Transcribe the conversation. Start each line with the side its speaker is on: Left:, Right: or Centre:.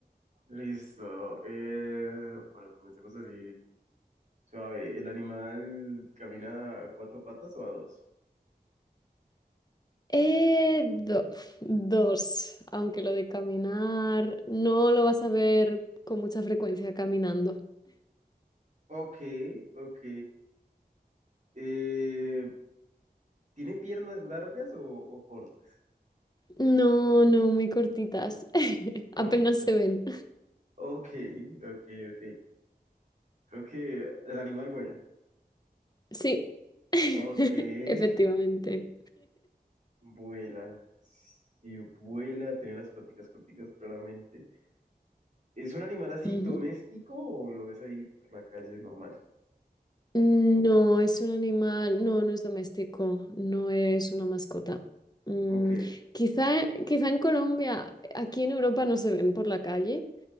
Right: Listo. Eh, bueno, comencemos así. Suave, ¿el animal camina a cuatro patas o a dos?
Left: Eh, do- <laughs> <sniffs> dos, aunque lo de caminar no lo vas a ver con mucha frecuencia caminando.
Right: Ok, ok. Eh, ¿tiene piernas largas o, o cortas?
Left: No, no, muy cortitas. <laughs>
Right: Corta.
Left: Apenas se ven.
Right: Ok, ok, ok. Creo que el animal vuela.
Left: Sí, <laughs>
Right: Ok, <laughs>
Left: efectivamente.
Right: vuela. Si vuela, tiene las paticas corticas claramente. ¿Es un animal así
Left: Ujú.
Right: doméstico o lo ves ahí por la calle normal?
Left: No, es un animal, no, no es doméstico, no es una mascota. Mm,
Right: Ok,
Left: quizá, quizá en Colombia, aquí en Europa no se ven por la calle.